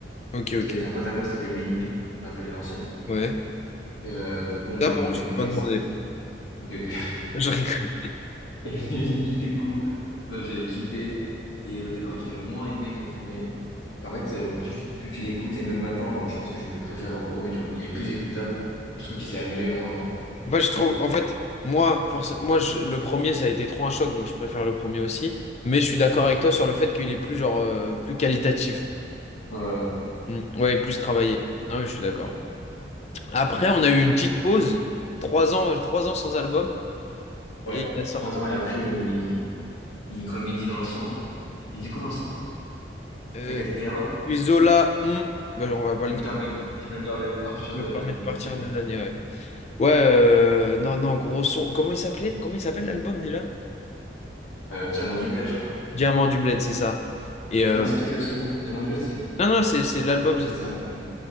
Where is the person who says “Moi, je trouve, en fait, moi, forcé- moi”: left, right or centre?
Left